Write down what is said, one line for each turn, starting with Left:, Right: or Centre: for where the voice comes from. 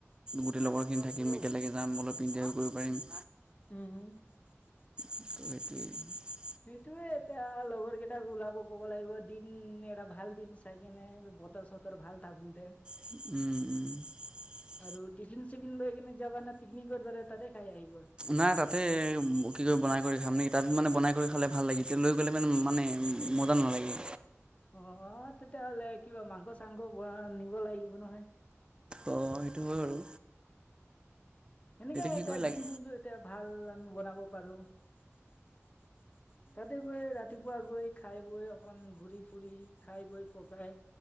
Right: গোটেই লগৰখিনি থাকিম, একেলগে যাম, অলপ ইনজয় কৰিব পাৰিম।
Left: উম।
Right: সেটোৱে।
Left: সেইটোয়ে, এতিয়া লগৰ কেইটাক ওলাব ক'ব লাগিব দিন এটা ভাল দিন চাইকেনে বতৰ চতৰ ভাল থাকোঁতে।
Right: উম, উম।
Left: আৰু টিফিন, চিফিন লৈকেনে যাবানে? পিকনিকত কৰি তাতে খাই আহিম?
Right: নাই তাতে কি কয় বনাই, কৰি খাম নেকি, তাত মানে বনাই কৰি খালে ভাল লাগে, <unintelligible> লৈ গ'লে মান-মানে মজা নালাগে।
Left: অ', তেতিয়াহ'লে কিবা মাংস, চাংস <unintelligible> নিব লাগিব নহয়।
Right: অ', সেইটো হয়, বাৰু।
Left: সেনেকে
Right: কি
Left: এতিয়া
Right: কৰি
Left: যোন,
Right: লাগে
Left: যোনটো এতিয়া ভাল আমি বনাব পাৰোঁ। তাতে গৈ ৰাতিপুৱা গৈ খাই অকন ঘূৰি, ফুৰি, খাই, বৈ পকায়